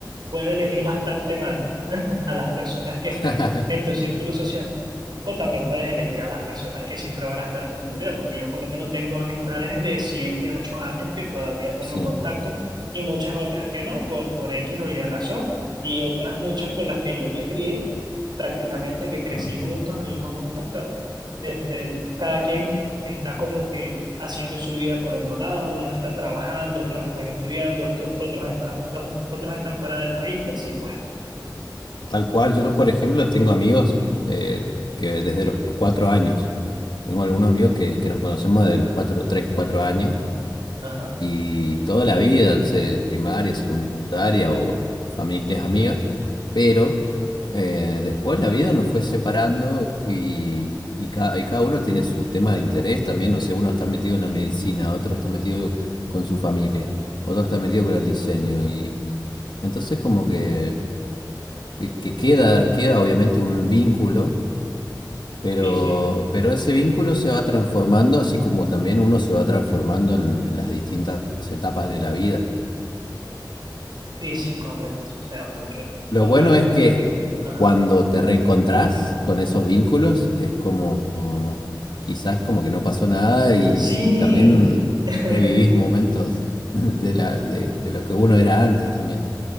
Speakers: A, on the right; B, on the left.
A: puede elegir bastante mal <laughs> a las personas que están
B: <laughs>
A: en tu círculo social o también puedes elegir a las personas que siempre van a estar con tu vida, porque yo por lo menos tengo amistades de 7 8 años que todavía tengo
B: sí.
A: contacto y muchas otras que no, por, por X o Y razón, y otras muchas con las que yo me crié, prácticamente que crecí
B: Ajá.
A: juntos, vivimos juntos, pero este, cada quien está como que haciendo su vida por otro lado, unos están trabajando, otros están estudiando, otro- otros están, otros están fuera del país y así pues.
B: Tal cual, yo por ejemplo tengo amigos eh, que desde los cuatro años, tengo algunos amigos que, que nos conocemos desde los cuatro, tres, cuatro años
A: Ajá.
B: y toda la vida, se- primaria, secundaria o familias amigas, pero eh, después la vida nos fue separando y, y, ca- y cada uno tiene su tema de interés también, no sé, uno está metido en la medicina, otro está metido con su familia, otro está metido con el diseño y entonces como que que que queda, queda obviamente un vínculo, pero,
A: Sí, sí,
B: pero ese vínculo se va transformando, así como también uno se va transformando en, en las distintas etapas de la vida.
A: sí, sí, correcto. O sea, porque...
B: Lo
A: Por
B: bueno
A: más que,
B: es que
A: Ajá.
B: cuando te reencontrás con esos vínculos, es como como quizás como que no pasó nada y,
A: Sí,
B: y también
A: <laughs>
B: revivís momentos <laughs> de la, de, de lo que uno era antes también.